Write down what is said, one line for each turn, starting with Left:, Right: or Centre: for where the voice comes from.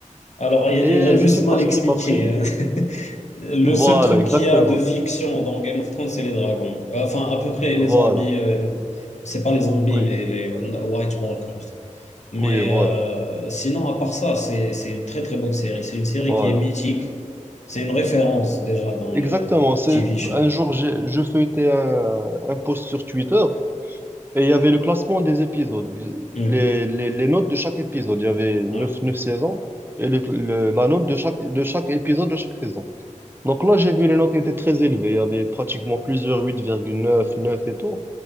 Left: Alors, il,
Right: Et
Left: il a juste
Right: je sais
Left: mal
Right: pas
Left: expliqué.
Right: ce qui m'a pris.
Left: hein. <laughs> Le
Right: Voilà,
Left: seul truc
Right: exactement.
Left: qu'il y a de fiction dans Game of Thrones, c'est les dragons. Euh, Enfin, à peu près les
Right: Voilà.
Left: zombies. euh, c'est pas les zombies,
Right: Oui,
Left: mais les euh, White Walkers. Mais
Right: oui, voilà.
Left: euh, sinon, à part ça, c'est c'est une très très bonne série. C'est une série
Right: Voilà.
Left: qui est mythique. C'est une référence déjà dans
Right: Exactement.
Left: les
Right: C'est
Left: TV shows.
Right: un jour, j'ai- je feuilletais un, un post sur Twitter et il y avait le classement des épisodes,
Left: Hmm.
Right: les, les, les notes de chaque épisode. Il y avait neuf
Left: Ouais.
Right: neuf saisons et le- le- la note de chaque, de chaque épisode de chaque saison. Donc là, j'ai vu les notes étaient très élevées. Il y avait pratiquement plusieurs 8,9, neuf, neuf et tout.